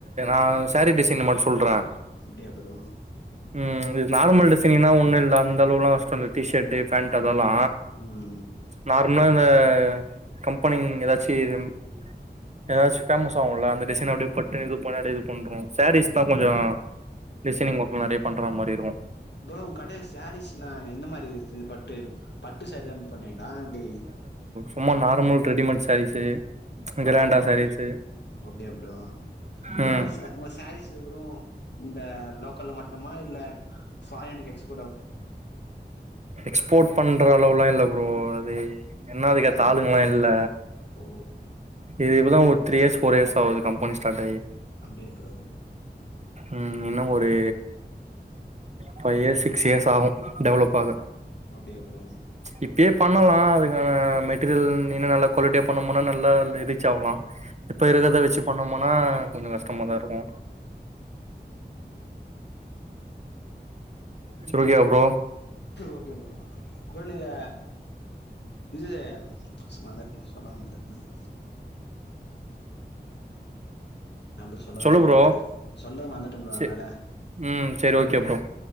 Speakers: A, on the right; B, on the left.
A: ஆ சாரீ டிசைனிங் மட் சொல்றே
B: அப்டியா ப்ரோ
A: ம் இது நார்மல் டிசைனிங் லா ஒன்னுல்ல அந்தளவுலாஷ்டோ அந்த டி ஷர்ட்டு ஃபேண்டு அ தெல்லா
B: ம்
A: நார்மல் வ கம்பெனிங் ஏதாச்சி ம் எதாச் ஃபேமஸ் ஆவூல அந்த டிசைன் அப்டியே பட்டு இது பண்ண அப்டியே இது பண்றோ சாரீஸ்தா
B: ஓ
A: கொஞ்சோ டிசைனிங் ஒர்க்லா நறைய பண்ற மாரி இருக்கூ
B: ப்ரோ உங்க கடைல சாரீஸ்லா எந்த மாரி இர்து பட்டு பட்டு சாரி தாம் பண்ணுவீங்காப்டி
A: ரொம்ப நார்மல் ரெடிமேட் சாரீஸு கிராண்டா
B: அப்போ
A: சாரீஸு
B: அப்டியா ப்ரோ
A: ம்
B: ப்ரோ உங்க ச உங்க சாரீஸு வேறூ இந்த லோக்கல்ல மட்டமா இல்ல ஃபாரினுகு எக்ஸ்
A: எக்ஸ்போர்ட் பண்ற அளவுலா இல்ல ப்ரோ அது என்ன அதுக்கேத்த
B: ம்
A: ஆளூங்கல்லா இல்ல
B: ஓ
A: ஏ இப்பதா ஒரு த்ரி இயர்ஸ் ஃபோர் இயர்ஸ் ஆவுது கம்பனி ஸ்டார்ட் ஆயி
B: அப்டியா ப்ரோ
A: ம் இன்னோ ஒரு ஃபைவ் இயர்ஸ் சிக்ஸ் இயர்ஸ் ஆகு டெவலப் ஆக
B: அப்டியா ப்ரோ
A: இப்பயே பண்ணலா அதுக்கான மெட்டீரியல் இன்னு நல்லா குவாலிட்டியா பண்ணம்முனா நல்லா லிரிக் ச ஆவ்லா இப்ப இருக்கத வெச்சி பண்ணோமனா கொஞ்சோ கஷ்டமாதா‌ இருக்கோ சுவக்கியா ப்ரோ
B: ஓகே ப்ரோ நா ப்ரோ நீங்க இது சும்மாதான் சொல்ல வந்த ம் நா பரு சொல்ல வந்தத
A: சொல்லு
B: மறந்துட்ட
A: ப்ரோ
B: சொல்றத மறந்துட்ட ப்ரோ
A: சே
B: நா வேற
A: ம் சரி ஓகே ப்ரோ